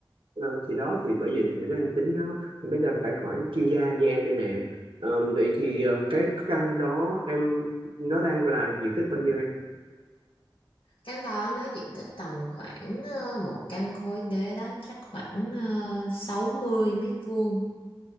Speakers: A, on the right; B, on the left.
A: ờ, thì đó thì bởi vì mình mới đang tính đó mình mới đang phải hỏi chuyên gia như em đây nè Ờ, vậy thì ờ, cái căn đó em nó đang là diện tích bao nhiêu em
B: căn đó nó diện tích tầm khoảng ờ, một căn khối đế đó chắc khoảng ờ, sáu mươi mét vuông